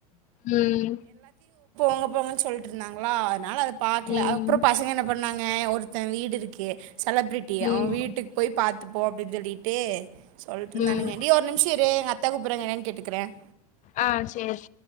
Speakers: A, on the left; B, on the right.
A: உம்
B: போங்க போங்கன்னு சொல்லிட்டு இருந்தாங்களா அதனால அத பாக்கல
A: ம்
B: அப்புறம் பசங்க என்ன பண்ணாங்க ஒருத்தன் வீடு இருக்கு செலபிரிட்டி
A: ம்
B: அவன் வீட்டுக்கு போய் பாத்துப்போம் அப்படின்னு சொல்லிட்டு சொல்ட்டு இருந்தானுங்க
A: ம்
B: டி ஒரு நிமிஷம் இரு எங்க அத்த கூப்புறாங்க என்னன்ன கேட்டுக்குறேன்
A: ஆஹ் சேரி